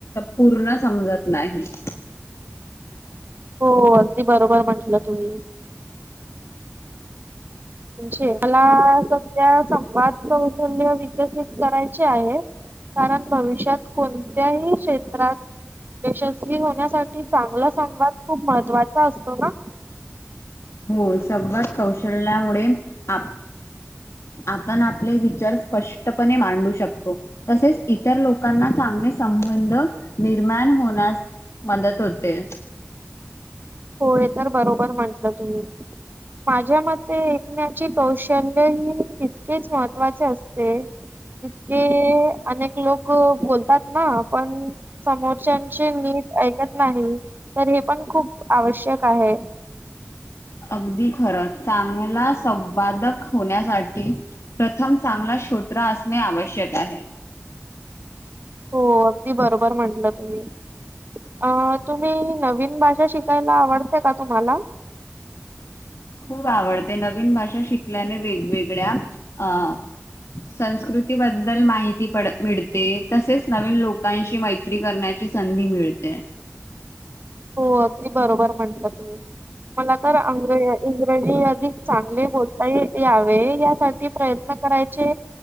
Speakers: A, on the left; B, on the right.
A: पूर्ण समजत नाही <inaudible>
B: हो अगदी बरोबर म्हंटलं तुम्ही म्हणजे मला सध्या संवाद कौशल्य विकसित करायचे आहे कारण भविष्यात कोणत्याही क्षेत्रात यशस्वी होण्यासाठी चांगला संवाद खूप महत्वाचा असतो ना
A: हो संबत कौशल्यामुळे आप आपण आपले विचार स्पष्टपणे मांडू शकतो तसेच इतर लोकांना संबंध निर्माण होण्यास मदत होते
B: होय तर बरोबर म्हंटलं तुम्ही माझ्या मते ऐकण्याची कौशल्य ही तितकीच महत्वाची असते तितके के अनेक लोक क बोलतात ना पण समोरच्याची नीट ऐकत नाही तर हे पण हे खूप आवश्यक आहे
A: अगदी खर चांगला संवादक होण्यासाठी प्रथम चांगला शोत्र असणे आवश्यक आहे
B: हो अगदी बरोबर म्हंटल तुम्ही अ तुम्ही नवीन भाषा शिकायला ला आवडते का तुम्हाला
A: खूप आवडते नवीन भाषा शिकल्याने वेगवेगळ्या अ संस्कृतीबद्दल माहिती पडते मिळते तसेच नवीन लोकांशी मैत्री करण्याची की संधी मिळते
B: हो अगदी बरोबर म्हंटल तू मला तर अंग्रेज इंग्रजी अधिक चांगले बोलते आई यावे यासाठी प्रयत्न करायचे